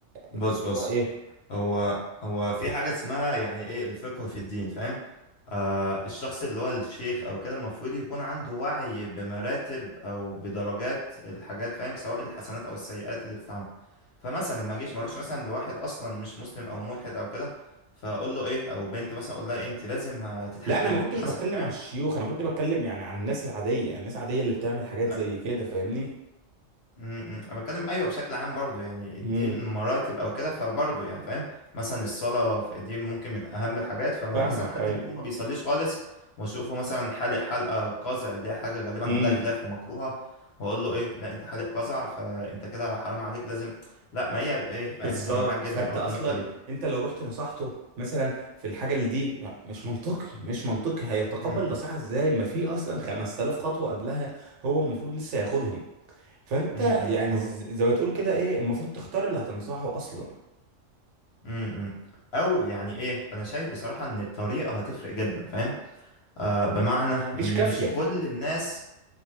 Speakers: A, on the left; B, on the right.
A: بص
B: اللي
A: بص
B: هو ايه
A: هو هو في حاجة اسمها يعني ايه الفقه في الدين فاهم آه الشخص اللي هو الشيخ او كده المفروض يكون عنده وعي بمراتب او بدرجات الحاجات فاهم سواء الحسنات او السيئات اللي بتتعمل فمثلا ما اجيش ما اروحش مثلا لواحد اصلا مش مسلم او ملحد او كده فاقول له ايه او بنت مثلا اقول لها إيه انت لازم هتتحجبي
B: لا انا ما كنتش
A: مثلا
B: بتكلم على الشيوخ انا كنت بتكلم يعني عن الناس العاديه الناس العاديه اللي بتعمل حاجات
A: فاهم
B: زي كده فاهمني
A: امم امم. انا بتكلم ايوه بشكل عام برضو يعني الدين
B: امم
A: مراتب او كده فبرضو يعني فاهم مثلا الصلاه في الدين ممكن من اهم الحاجات فمثلا
B: فاهمك
A: حد
B: ايوه
A: بيكون ما بيصليش خالص واشوفه مثلا حالق حلقه قزع اللي هي حاجه غالبا
B: امم
A: عليها خلاف ومكروهه واقول له ايه لا انت حالق قزع فانت كده حرام عليك لازم لا ما هي ايه
B: بالظبط
A: فاهم انا معاك جدا
B: فانت
A: اه في
B: اصلا
A: النقطه دي
B: انت لو رحت نصحته مثلا في الحاجه اللي دي مش منطقي مش منطقي هيتقبل
A: امم
B: نصيحه ازاي ما في اصلا 5000 خطوه قبلها هو المفروض لسه ياخدهم فانت
A: امم
B: يعني
A: امم، امم.
B: ز-
A: و-
B: زي ما تقول كده ايه المفروض تختار اللي هتنصحه اصلا
A: امم امم. او يعني ايه انا شايف بصراحه ان الطريقه هتفرق جدا فاهم آه بمعنى ان
B: مش كافيه
A: مش كل الناس